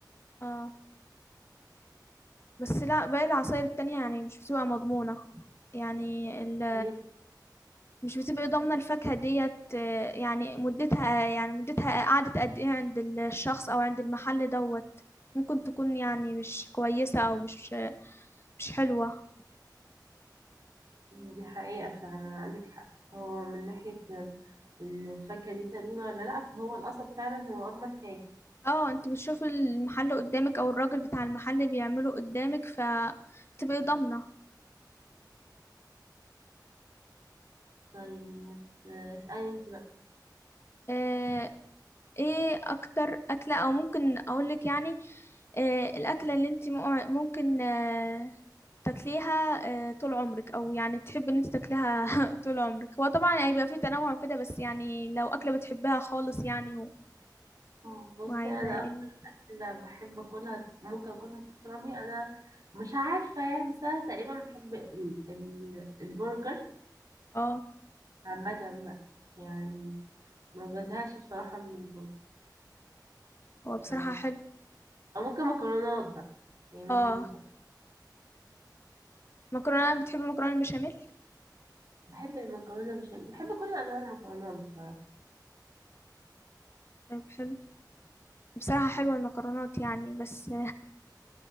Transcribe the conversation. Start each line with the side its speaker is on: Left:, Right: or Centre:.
Left: آه بس لا باقي العصاير التانية يعني مش بتبقى مضمونة يعني ال...
Right: هي
Left: مش بتبقى ضامنة الفاكهة ديت آه، يعني مدتها يعني مدتها قعدت قد إيه عند الشخص أو عند المحل دوت ممكن تكون يعني مش كويسة أو مش مش حلوة
Right: دي حقيقة فعلا عندك حق هو من ناحية ال- ان الفاكهة دي سليمة ولا لأ فهو القصب فعلا هو أضمن حاجة
Left: اه انت بتشوفي المحل قدامك او الراجل بتاع المحل بيعمله قدامك فبتبقي ضامنه
Right: طيب اسألي انت بقى
Left: آه، ايه اكتر اكله او ممكن اقولك يعني آه، الاكله اللي انت مقع- ممكن آه، تاكليها آه، طول عمرك او يعني تحبي ان انت تاكليها <laughs> طول عمرك هو طبعا هيبقى فيه تنوع وكده بس يعني لو اكله بتحبها خالص يعني و-
Right: مم. بصي
Left: وعايزه
Right: انا
Left: ايه
Right: اكتر اكلة بحب اكلها ممكن اكلها كتير عمري انا مش عارفة يعني بس انا تقريبا بحب ال ال البرجر
Left: اه
Right: عامة بقى يعني ما بزهقش بصراحة من البرجر
Left: هو بصراحه
Right: فاهم؟
Left: حلو
Right: او ممكن مكرونات بقى يعني ممكن
Left: اه
Right: مكرونات.
Left: مكرونه بتحبي المكرونه البشاميل
Right: بحب المكرونة بشاميل بحب كل انواع المكرونات بصراحة
Left: طيب حلو بصراحة حلوة
Right: م.
Left: المكرونات يعني بس